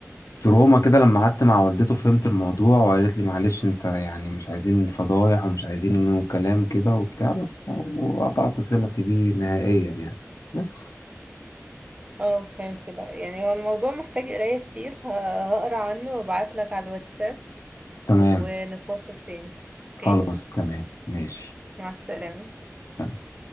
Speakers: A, on the left; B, on the right.
A: تروما كده لما قعدت مع والدته فهمت الموضوع وقالت لي معلش انت يعني مش عايزين فضايح ومش عايزين انه كلام كده وبتاع بس وقطعت صلتي بيه نهائيا يعني بس
B: آه، فهمت بقى يعني هو الموضوع محتاج قراية كتير ه- هقرا عنه وابعتلك على الواتساب
A: تمام
B: ونتواصل تاني اوكي
A: خلاص تمام ماشي
B: مع السلامة
A: تمام